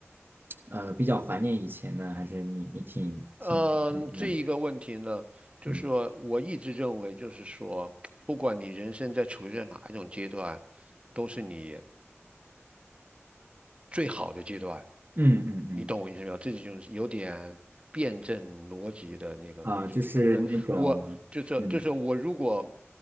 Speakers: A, on the right; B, on the right.
A: 呃，比较怀念以前呢，还是你你挺挺挺开心的？
B: 嗯，这一个问题呢，就是说我一直认为，
A: 嗯
B: 就是说，不管你人生在处于在哪一种阶段，都是你最好的阶段。
A: 嗯嗯嗯。
B: 你懂我意思没有？这就是有点辩证逻辑的那个，
A: 啊，
B: 你就是不论我，
A: 就是那种，
B: 就是就是我，
A: 嗯
B: 如果